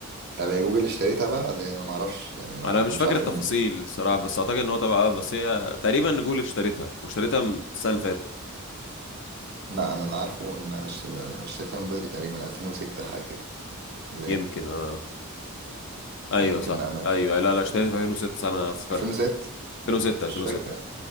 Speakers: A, on the right; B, on the left.
A: طب هي جوجل اشتريتها بقى ولا إيه؟ انا ما اعرفش يعني انا
B: انا مش
A: مش
B: فاكر
A: عارف
B: التفاصيل
A: إن...
B: الصراحه بس اعتقد ان هو تبع اه بس هي تقريبا جوجل اشتريتها واشتريتها من السنه اللي فاتت
A: لا انا اللي عارفه ان أنا اشت- اشتريتها من بدري تقريبا 2006 حاجه كده ولا
B: يمكن
A: ايه
B: اه ايوه
A: يمكن
B: صح
A: بقى مات
B: ايوه لا لا اشتريت في 2006 صح انا افتكرت
A: 2006
B: 2006
A: مش
B: 2006
A: فاكره